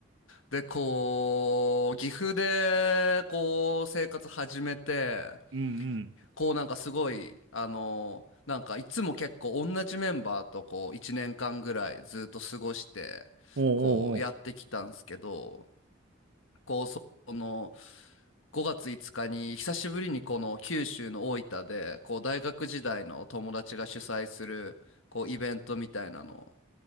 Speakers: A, on the left; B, on the right.
A: で、こう、岐阜で、こう、生活始めて、
B: うんうん。
A: こう、なんかすごい、あの、なんかいつも結構同じメンバーと、こう、1年間ぐらいずっと過ごして、
B: おうおうおう。
A: こう、やってきたんすけど、こう、そその、5月5日に、久しぶりにこの九州の大分で、こう、大学時代の友達が主催する、こう、イベントみたいなの、